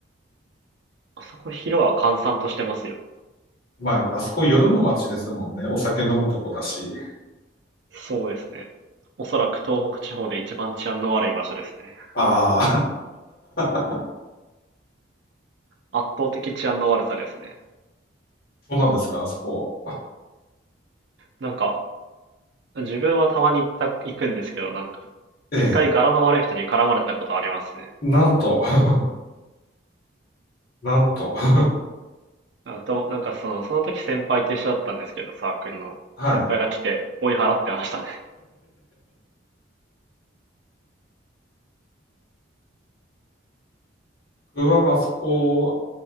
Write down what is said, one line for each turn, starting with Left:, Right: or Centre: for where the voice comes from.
Right: あそこ昼は閑散としてますよ。
Left: まあ、あそこ夜の街ですもんね。お酒飲むとこだし。
Right: そうですね。おそらく東北地方で一番治安の悪い場所ですね。
Left: ああ、
Right: 圧倒的治安の悪さですね。
Left: <laughs> そうなんですか、あそこ。
Right: なんか、自分はたまに行った、行くんですけど、なんか、
Left: ええ、
Right: 一回柄の悪い人に絡まれたことありますね。
Left: なんと、<laughs> なんと。<laughs>
Right: あと、なんかその、その時先輩と一緒だったんですけど、サークルの。
Left: はい。
Right: 先輩が来て追い払ってましたね。<laughs>
Left: 僕はあそこ